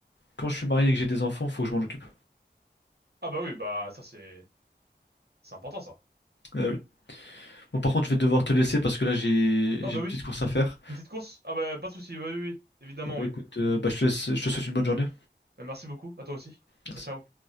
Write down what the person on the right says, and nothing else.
Ah bah oui, bah ça c'est, c'est important ça.
Ah
bah
oui.
Une petite course? Ah bah pas de souci, oui, oui, oui, évidemment,
oui.
Euh, Merci beaucoup, à toi aussi.
Ciao, ciao.